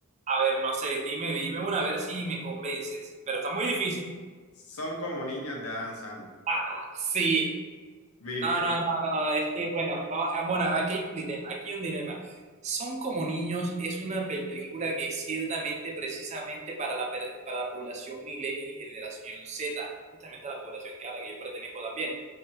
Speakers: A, on the right (about 30°); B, on the left (about 75°).
A: A ver, no sé, dime, dime una, a ver si me convences, pero está muy difícil.
B: Son como niños de Adam Sandler,
A: Ah, sí.
B: ¿viste?
A: No, no, no, no, es que bueno, no, ah, bueno, aquí hay un dilema, aquí hay un dilema. Son como niños es una película que es ciertamente precisamente para la, per- para la población millennial y generación Z, justamente la población que a la que yo pertenezco también.